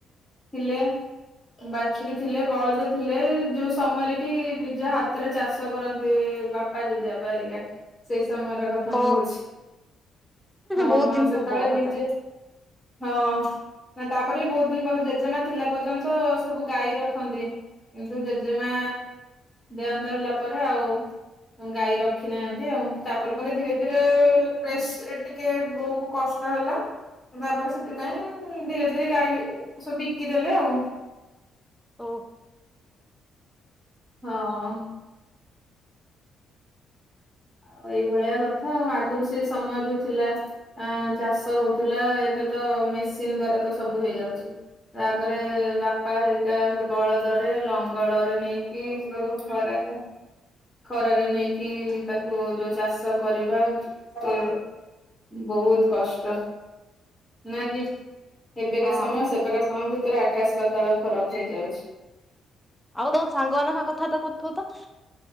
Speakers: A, on the left; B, in the centre.
A: ଥିଲେ ବାଛୁରୀ ଥିଲେ ବଳଦ ଥିଲେ ଯୋଉ ସମୟରେ କି ନିଜ ହାତରେ ଚାଷ କରନ୍ତି। ବାପା ଜେଜେବାପା ହେରିକା ସେଇ ସମୟର କଥା ମୁଁ
B: ଓ
A: କହୁଛି। ହଁ
B: ବହୁତ ଦିନ
A: ସେତେବେଳେ
B: ପୂର୍ବ କଥା
A: ନିଜେ
B: ତାହେଲେ
A: ହଁ। ନା ତାପରେ ବି ବହୁତ ଦିନ ପରେ ଜେଜେମା ଥିଲା ପର୍ଯ୍ୟନ୍ତ ସବୁ ଗାଈ ରଖନ୍ତି। କିନ୍ତୁ ଜେଜେମା ଦେହାନ୍ତ ହେଲା ପରେ ଆଉ ଗାଈ ରଖି ନାହାନ୍ତି ଆଉ ତାପରେ ପରେ ଧୀରେ ଧୀରେ ପେସ୍ ରେ ଟିକେ ବୋଉ କୁ କଷ୍ଟ ହେଲା। ତାପରେ ସେଥିପାଇଁ ଧୀରେ ଧୀରେ ଗାଈ ସବୁ ବିକିଦେଲେ ଆଉ।
B: ଓ।
A: ହଁ। ଆଉ ଏଇଭଳିଆ କଥା ଆଉ ଆଗରୁ ସେଇ ସମୟ ଯୋଉ ଥିଲା ଆଁ ଚାଷ ହଉଥିଲା ଏ ଏବେ ତ ମେସିନ ଦ୍ଵାରା ତ ସବୁ ହେଇଯାଉଛି। ଆଗରେ ବାପା ହେରିକା ସେ ବଳଦରେ ଲଙ୍ଗଳରେ ନେଇକି ଯୋଉ ଖରା ଖରାରେ ନେଇକି ତାକୁ ଯୋଉ ଚାଷ କରିବା ସେ ବହୁତ କଷ୍ଟ। ନା କି। ଏବେକା
B: ହଁ
A: ସମୟ ସେବେକା ସମୟ ଭିତରେ ଆକାଶ ପାତାଳ ଫରକ ହେଇଯାଉଛି।
B: ଆଉ ତମ ସାଙ୍ଗ ମାନଙ୍କ ସାଙ୍ଗେ କଥାବାର୍ତ୍ତା କରୁଥିବ ତ?